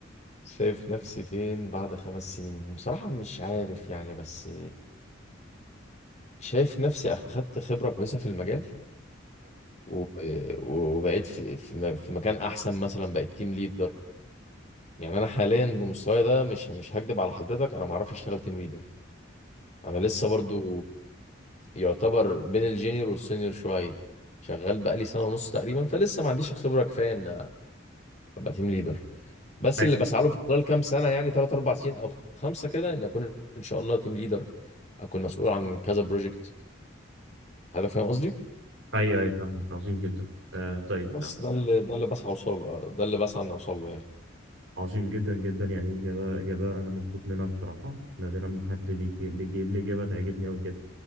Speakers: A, on the left (about 35°); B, on the right (about 80°).
A: شايف نفسي فين بعد خمس سنين بصراحة مش عارف يعني بس شايف نفسي أخدت خبرة كويسة في المجال و- وبقيت في في م- في مكان أحسن مثلا بقيت تيم ليدر يعني أنا حاليا بمستواي ده مش مش هكدب على حضرتك أنا ما أعرفش أشتغل تيم ليدر أنا لسه برضو يعتبر بين الجينيور والسينيور شوية شغال بقالي سنة ونص تقريبا فلسه ما عنديش الخبرة كفاية إن ابقى تيم ليدر بس
B: حلو
A: اللي بسعى له في خلال كام سنه يعني ثلاث اربع سنين او خمسه كده ان اكون ان شاء الله تيم ليدر اكون مسؤول عن كذا بروجكت هذا فاهم قصدي
B: ايوه ايوه فاهمك عظيم جدا آه طيب
A: بس ده اللي ده اللي بسعى اوصل له ده اللي بسعى ان اوصل له يعني
B: عظيم جدا جدا يعني اجابه اجابه انا مبسوط منها بصراحه نادرا ما حد بيجي- بيجيب لي اجابه تعجبني قوي كده